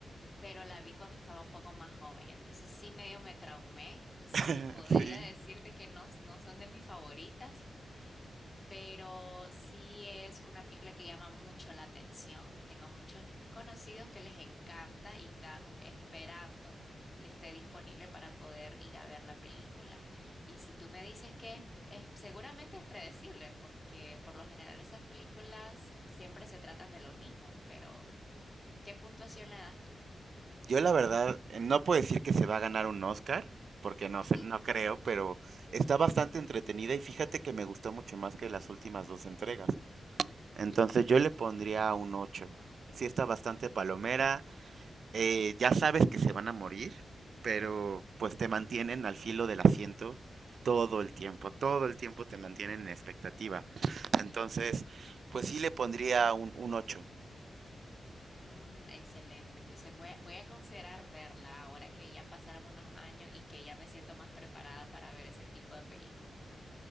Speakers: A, on the left; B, on the right.
A: pero la vi cuando estaba un poco más joven, entonces sí medio me traumé, entonces
B: <laughs>
A: podría
B: Sí.
A: decirte que no, no son de mis favoritas pero sí es una película que llama mucho la atención. Tengo muchos conocidos que les encanta y están esperando que esté disponible para poder ir a ver la película. Y si tú me dices que es, es- seguramente es predecible, porque por lo general esas películas siempre se tratan de lo mismo, pero ¿qué puntuación le das tú?
B: Yo la verdad eh, no puedo decir que se va a ganar un Oscar, porque no
A: <laughs>
B: sé, no creo, pero está bastante entretenida y fíjate que me gustó mucho más que las últimas dos entregas. Entonces yo le pondría un 8. Sí está bastante palomera, eh, ya sabes que se van a morir, pero pues te mantienen al filo del asiento todo el tiempo, todo el tiempo te mantienen en expectativa. Entonces, pues sí le pondría un, un 8.
A: Mm, excelente, entonces voy a, voy a considerar verla ahora que ya pasaron unos años y que ya me siento más preparada para ver ese tipo de películas.